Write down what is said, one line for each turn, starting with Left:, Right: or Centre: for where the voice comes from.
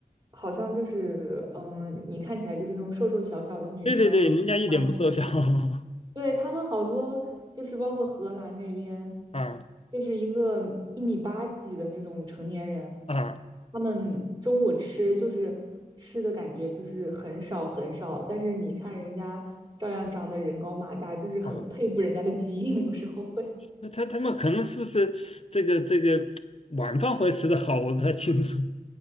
Right: 好像就是嗯，你看起来就是那种瘦瘦小小的女生，
Left: 对对对，人家一点不瘦小
Right: 她们就是
Left: <laughs>
Right: 对，他们好多就是包括荷兰那边，
Left: 啊
Right: 就是一个一米八几的那种成年人，
Left: 啊
Right: 他们中午吃就是吃的感觉就是很少很少，但是你看人家照样长得人高马大，就是很佩服人家的基因，
Left: 啊，
Right: <laughs> 有时候会。
Left: 那他他们可能是不是这个这个晚饭会吃的好，我不太清楚，